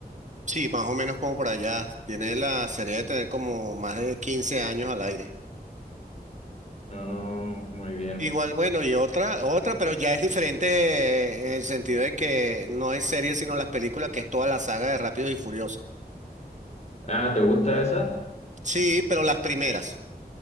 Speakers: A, on the right; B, on the left.
A: Sí, más o menos como por allá. Tiene la serie de tener como más de 15 años al aire.
B: Oh, muy bien.
A: Igual, bueno, y otra, otra, pero ya es diferente eh, en el sentido de que no es serie, sino las películas, que es toda la saga de Rápidos y Furiosos.
B: Ah, ¿te gusta esa?
A: Sí, pero las primeras.